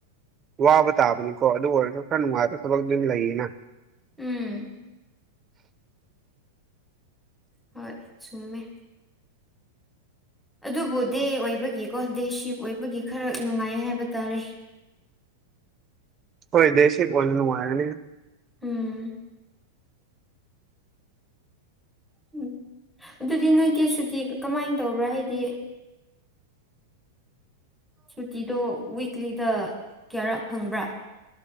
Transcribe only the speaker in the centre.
ꯎꯝ ꯍꯣꯏ ꯆꯨꯃꯦ ꯑꯗꯨꯕꯨ ꯗꯦ ꯑꯣꯏꯕꯒꯤꯀꯣ ꯗꯦ ꯁꯤꯞ ꯑꯣꯏꯕꯒꯤ ꯈꯔ ꯅꯨꯡꯉꯥꯏ ꯍꯥꯏꯕ ꯇꯥꯔꯦ
ꯎꯝ ꯎꯝ ꯑꯗꯨꯗꯤ ꯅꯣꯏꯗꯤ ꯁꯨꯇꯤ ꯀꯃꯥꯏꯅ ꯇꯧꯕ꯭ꯔꯥ ꯍꯥꯏꯗꯤ ꯁꯨꯇꯤꯗꯣ ꯋꯤꯛꯂꯤꯗ ꯀꯌꯥꯔꯛ ꯐꯪꯕ꯭ꯔꯥ